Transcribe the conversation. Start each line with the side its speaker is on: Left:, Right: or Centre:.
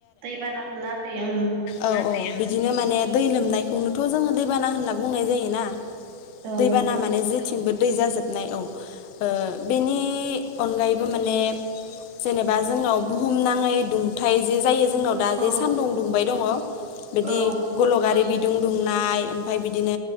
Right: दैबाना हमना होफैयो ओम।
Left: औ औ बिदिनो माने दै लोमनायखौनोथ' जोङो दैबाना होनना बुंनाय जायोना।
Right: ओं
Left: दैबाना माने जे थिंबो दै जाजोबनाय औ ओ बेनि अनगायैबो माने जेनेबा जोंनाव बुहुम नाङै दुंथ जे जायो। जोंनाव दा जे
Right: औ
Left: सान्दुं दुंबाय दङ बिदि
Right: औ
Left: बारि बिदुं दुंनाय ओमफ्राय बिदिनो